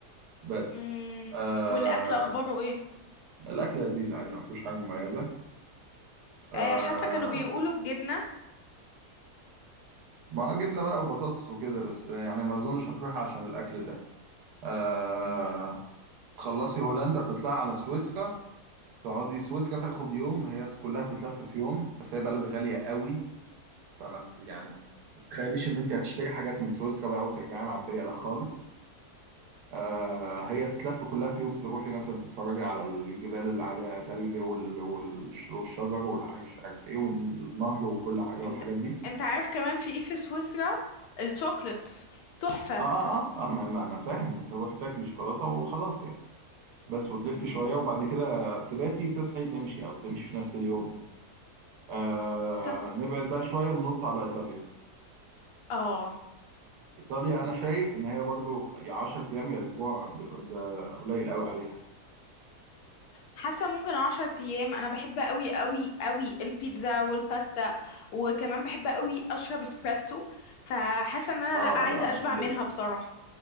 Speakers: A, on the right; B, on the left.
A: بس
B: امم
A: آه...
B: والاكل اخباره ايه
A: الاكل لذيذ عادي ما فيهوش حاجه مميزه
B: آه
A: آه...
B: حاسه كانوا بيقولوا الجبنه
A: ما جبنه بقى وبطاطس وكده بس يعني ما اظنش هتروح عشان الاكل ده آه...
B: امم
A: تخلصي هولندا تطلعي على سويسرا تقعدي سويسرا تاخد يوم هي كلها تتلف في يوم بس هي بلد غالية قوي فما ت- يعني ما تتخيليش ان انت هتشتري حاجات من سويسرا بقى وترجعي معبية لا خالص آه
B: اوكي
A: هي تتلف كلها في يوم تروحي مثلا تتفرجي على الجبال اللي عليها تلج وال- والش- والشجر والمش عارف ايه والنهر وكل حاجة
B: انت
A: والحاجات دي
B: انت عارف كمان في ايه في سويسرا الشوكليتس تحفه
A: اه اه اه, آه ما, ما انا فاهم تروحي تاكلي شوكولاتة وخلاص يعني بس وتلفي
B: امم
A: شوية وبعد كده تباتي تصحي تمشي او تمشي في نفس اليوم آه
B: طب
A: نبعد بقى شوية ننط على إيطاليا
B: اه
A: إيطاليا أنا شايف إن هي برضو يا 10 أيام يا أسبوع بالقد- ده قليل قوي عليها
B: حاسه ممكن عشر ايام انا بحب قوي قوي قوي البيتزا والباستا وكمان بحب قوي اشرب اسبريسو فحاسه ان انا
A: آه
B: لا عايزه
A: لا هتنبسط
B: اشبع منها بصراحه